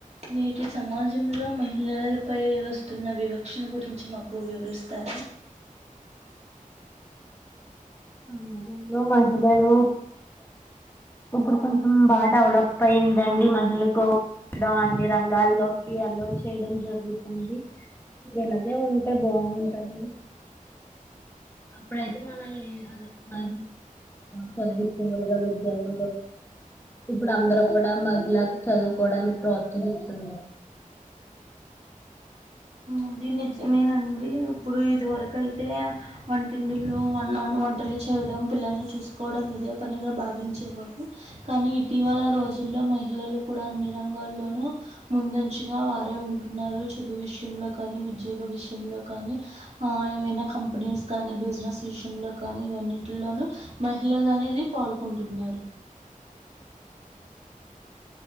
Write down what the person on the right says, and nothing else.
నేటి సమాజంలో మహిళలపై వస్తున్న వివక్షణ గురించి మాకు వివరిస్తారా
అది నిజమేనండి ఇప్పుడు ఇదివరకు అయితే వంటింంటిలో వంటలు చేయడం పిల్లల్ని చూసుకోవడం ఇదే పనిగా భావించేవారు కానీ ఇటీవల రోజుల్లో మహిళలు కూడా అన్ని రంగాల్లోనూ ముందంచగా వారే ఉంటున్నారు చదువు విషయంలో కానీ ఉద్యోగ విషయంలో కానీ ఆ ఏవైనా కంపెనీస్ కానీ బిజినెస్ విషయంలో కానీ ఇవన్నింటిలోనూ మహిళలు అనేది పాల్గొంటున్నారు